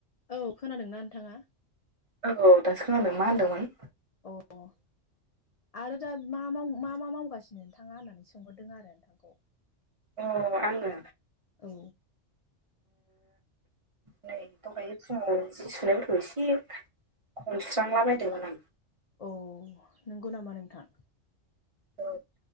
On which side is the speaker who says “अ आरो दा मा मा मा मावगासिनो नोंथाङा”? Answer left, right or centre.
Left